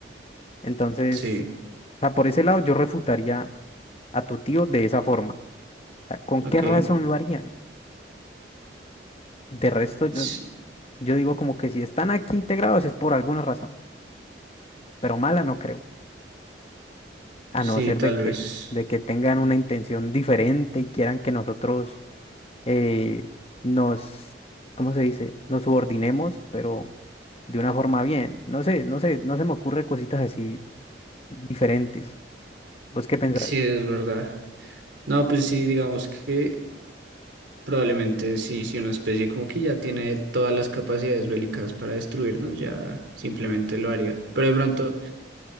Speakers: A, on the left (about 35°); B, on the right (about 85°).
A: Entonces,
B: Sí,
A: o sea, por ese lado yo refutaría a tu tío de esa forma. O sea, ¿con
B: ok.
A: qué razón lo harían? De resto, yo,
B: Sí,
A: yo digo como que si están aquí integrados es por alguna razón, pero mala no creo, a
B: sí,
A: no ser
B: tal
A: de que,
B: vez.
A: de que tengan una intención diferente y quieran que nosotros eh, nos, ¿cómo se dice? Nos subordinemos, pero de una forma bien. No sé, no sé, no se me ocurre cositas así diferentes. ¿Vos qué pensás?
B: Sí, es verdad. No, pues sí, digamos que probablemente sí, si una especie como que ya tiene todas las capacidades bélicas para destruirnos, ya simplemente lo haría. Pero de pronto,